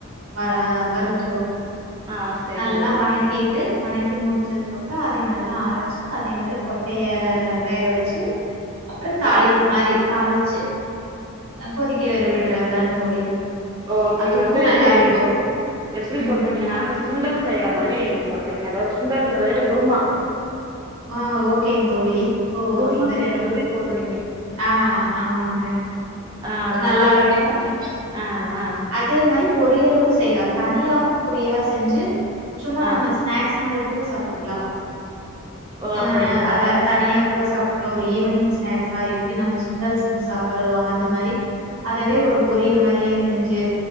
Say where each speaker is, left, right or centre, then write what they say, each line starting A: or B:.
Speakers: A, on the right; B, on the right.
A: வ வறுத்துரு
B: ஆ சரிங்க
A: நல்லா
B: தோழி
A: வணக் கிட்டு வணக்கி முடிச்சதுக்கப்பறோ அதை நல்லா அரச்சி அதே மாரி கொட்டைய வேக வச்சு அப்றோ தாளிப்பு
B: ஆ
A: மாரி தாளிச்சு அ கொதிக்க வேற விட்றதா தோழி
B: ஓ இப்ப
A: அதுவு
B: நீங்க வந்து
A: நல்லா இருக்கு
B: எப்டி எப்டி
A: ம்
B: சொல்றீங்கனா சுண்டல் செய்யற மாதிரி நீங்க சொல்றீங்க அதாவ்து சுண்டல்ங்கிறத வுட குருமா
A: ஆ ஓகேங் தோழி ஓ
B: குருமா
A: சரிங்
B: செய்யுற மாதிரி சொல்றீங்க
A: ஆ ஆமாங்க
B: ஆ
A: நல்லா
B: நா
A: இருக்கும்
B: <unintelligible> ஆ ஆ
A: அதே மாரி பொரியலு செய்யலா தனியாவு பொரியலா செஞ்சு சும்மா
B: ஆ
A: நம்ம ஸ்நாக்ஸ் மாரி கூட சாப்ட்டுக்கலா
B: ஓ
A: அ
B: அப்படிங்களா
A: அத தனியா கூட சாப் டுக்லா ஒரு ஈவினிங் ஸ்நாக்ஸ்ஸா எப்டி நம்ம சுண்டல் செஞ்சு சாப்புடுறோ அது மாரி அதவே ஒரு பொரியல் மாரியே செஞ்சு